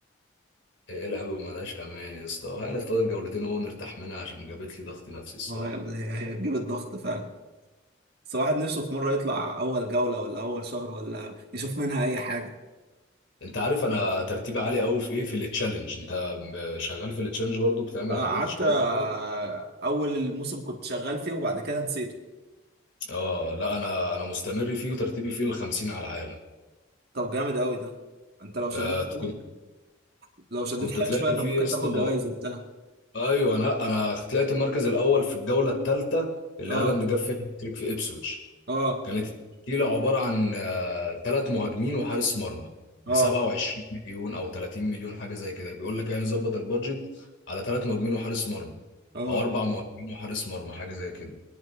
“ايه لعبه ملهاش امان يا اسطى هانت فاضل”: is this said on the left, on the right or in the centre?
Left